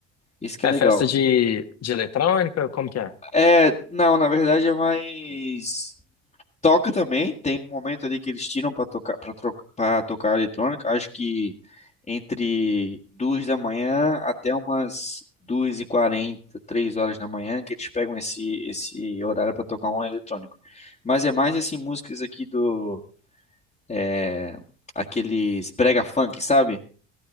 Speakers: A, on the left; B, on the left.
A: Isso que
B: É
A: é legal.
B: festa de, de eletrônica? Como que é?
A: É, não, na verdade é mais. toca também, tem um momento ali que eles tiram pra tocar para para tocar eletrônica, acho que entre duas da manhã até umas duas e quarenta, três horas da manhã que eles pegam esse esse horário pra tocar um eletrônico. Mas é mais assim músicas aqui do é, aqueles brega funk, sabe?